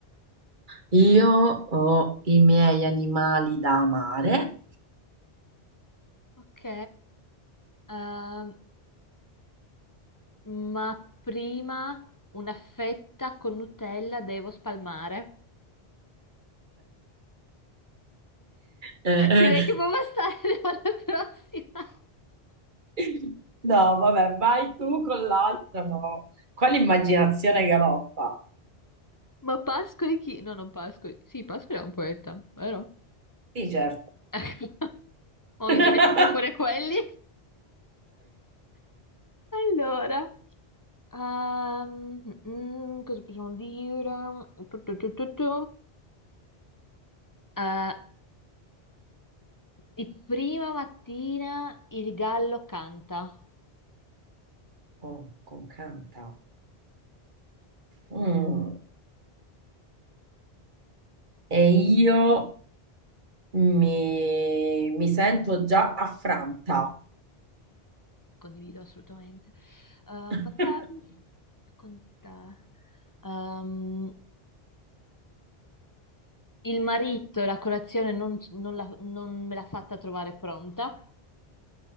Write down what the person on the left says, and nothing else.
Ok. Ehm, ma prima una fetta con Nutella devo spalmare.
Direi che può bastare <laughs> alla prossima.
Ma Pascoli chi? No, non Pascoli. Sì, Pascoli è un poeta, vero?
<laughs> Ma
mi dimentico pure quelli. Allora, ehm, mm, cosa possiamo dire? Tu, tu, tu, tu, tu. Eh, di prima mattina il gallo canta.
Condivido assolutamente. Eh,
papà, con te. Ehm, il marito, la colazione non, non la- non me l'ha fatta trovare pronta.